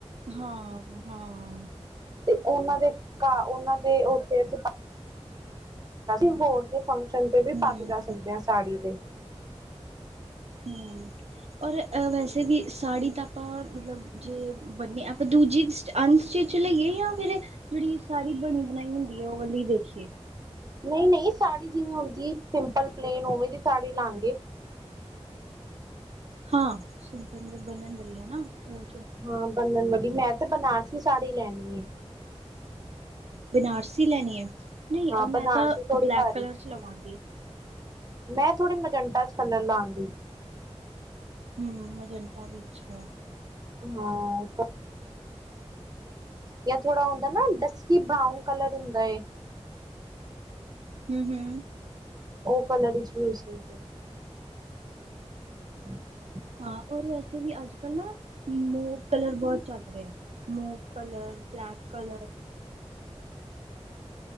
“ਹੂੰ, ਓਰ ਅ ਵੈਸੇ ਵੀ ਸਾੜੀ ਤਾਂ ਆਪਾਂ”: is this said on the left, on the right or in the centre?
Right